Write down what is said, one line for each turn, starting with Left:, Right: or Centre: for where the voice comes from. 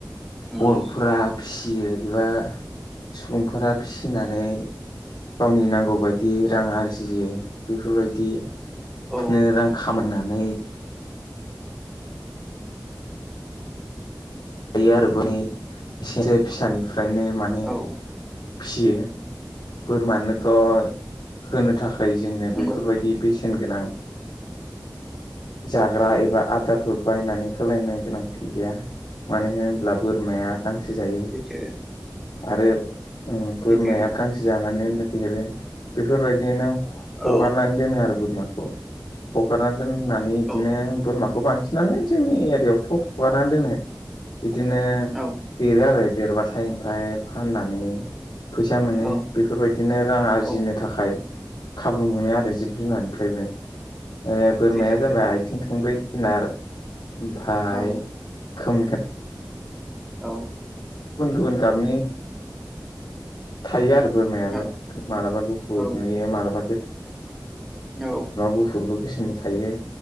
Centre: नंगौ
Left: बर'फोरा फिसियो एबा सुबुंफोरा फिसिनानै गावनि नांगौबायायदि रां आरजियो बेफोरबायदि
Centre: औ
Left: नो रां खामायनानै जायो आरो। बै बिसोरो फिसानिफ्रायनो माने
Centre: औ
Left: फियो बोरमानोथ' होनो थाखाय जोंनो
Centre: नंगौ
Left: बेफोरबायदि बेसे न गोनां जाग्रा एबा आदारफोर बायनानै होलायनो गोनांथि गैया। मानो होनब्ला बोरमाया गांसो जायो
Centre: सैथो
Left: आरो ओ बोरमाया
Centre: सैथो
Left: गांसो जानानै दिरो बेफोरबायदिनो ह-हगारनानै
Centre: औ
Left: दोनो आरो बोरमाखौ। हगारना दोननानै बिदिनो
Centre: औ
Left: बोरमाखौ बां सिनानो जोंनि एरियाआवथ' हगारना दोनो। बिदिनो
Centre: औ
Left: देरो आरो देरबाथाय ओमफाय फाननानै फैसा मोनो।
Centre: औ
Left: बेफोरबायदिनो रां आरजिनो
Centre: औ
Left: थाखाय खाबु मोनो आरो जिब जुनारनिफ्रायबो। ओ बोरमाया
Centre: सैथो
Left: जाबाय आथिं थंब्रै जुनार ओमफाय
Centre: औ
Left: खो
Centre: औ
Left: खोना थायो अबेबाोोरमानाव
Centre: औ औ औ
Left: गुफुरबो गोसोमबो थायो